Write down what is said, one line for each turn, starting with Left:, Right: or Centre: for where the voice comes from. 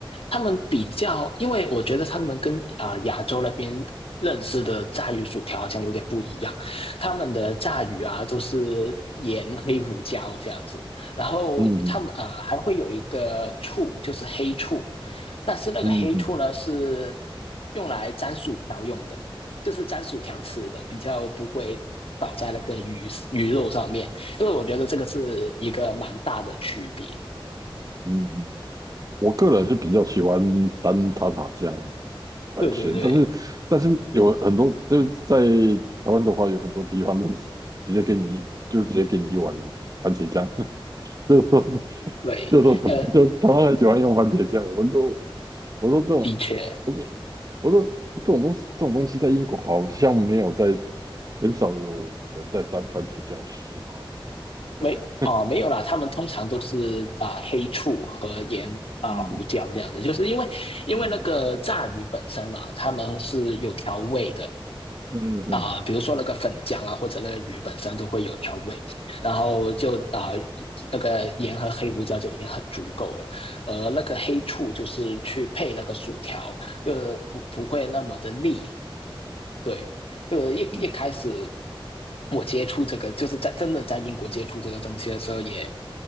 Left: 他们比较，因为我觉得他们跟啊、呃亚洲那边认识的炸鱼薯条好像有点不一样，他们的炸鱼啊都是盐、黑胡椒这样子，然后他们啊、
Right: 嗯
Left: 呃还会有一个醋，就是黑醋，但是那个黑醋呢是
Right: 嗯嗯嗯，
Left: 用来沾薯条用的，就是沾薯条吃的，比较不会倒在那个鱼鱼肉上面。所以我觉得这个是一个蛮大的区别。
Right: 嗯，我个人是比较喜欢沾塔塔酱来吃，
Left: 对对对
Right: 但是但是有很多就是在台湾的话，有很多地方都是直接给你就是直接给你一碗番茄酱，<laughs> 就是说
Left: 对，
Right: 就是说就台湾很喜欢用番茄酱，
Left: 呃，
Right: 我都我说这种我说
Left: 的确，
Right: 我说这种东西这种东西在英国好像没有在。很少有人在沾番茄酱吃嘛，对，
Left: 没哦，没有啦，他们通常都是啊、呃黑醋和盐啊、
Right: 嗯
Left: 呃胡椒这样子，就是因为因为那个炸鱼本身啦，
Right: 嗯
Left: 啊他们是有调味的
Right: 嗯嗯，
Left: 啊、呃比如说那个粉浆啊，或者那个鱼本身都会有调味，然后就啊、呃那个盐和黑胡椒就已经很足够了，而那个黑醋就是去配那个薯条，就不不会那么的腻，对，就一一开始
Right: 嗯，
Left: 我接触这个，就是在真的在英国接触这个东西的时候也，